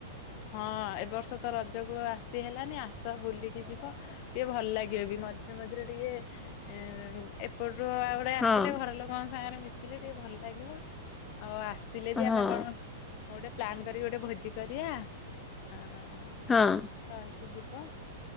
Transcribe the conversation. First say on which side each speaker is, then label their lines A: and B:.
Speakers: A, on the left; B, on the left.
A: ହଁ ଏ ବର୍ଷତ ରଜକୁ ଆସି ହେଲାନି ଆସ ବୁଲିକି ଯିବ। ଟିକେ ଭଲ ଲାଗିବ ବି ମଝିରେ ମଝିରେ ଟିକେ ଏପଟରୁୁ ଆଉ ଆସିଲେ
B: ହଁ
A: ଘର ଲୋକଙ୍କ ସାଙ୍ଗରେ ମିଶିଲେ ଟିକେ ଭଲ ଲାଗିବ ଆଉ ଆସିଲେ ବି
B: ହଁ
A: ଆମେ କଣ ହଉ ଗୋଟେ ପ୍ଲାନ୍ କରିକି ଗୋଟେ ଭୋଜି କରିବା। ହ
B: ହଁ
A: ଆସିବ ରହିକି ଯିବ